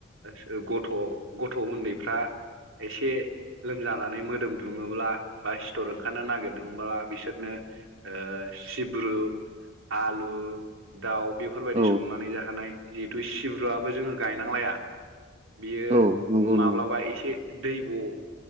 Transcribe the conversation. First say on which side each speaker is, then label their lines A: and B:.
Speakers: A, on the right; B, on the right.
A: ओ गथ' गथ' उन्दैफ्रा एसे लोमजानानै मोदोम दुङोब्ला बा सिथर ओंखारनो नागिरदोंब्ला बिसोरनो ओ सिब्रु आलु दाउ बेफोरबायदि
B: औ
A: संनानै जाहोनाय जिहेथु सिब्रुवाबो जोङो गायनांलाया बियो
B: औ नंगौ
A: माब्लाबा
B: नंगौ
A: एसे दैब' ओ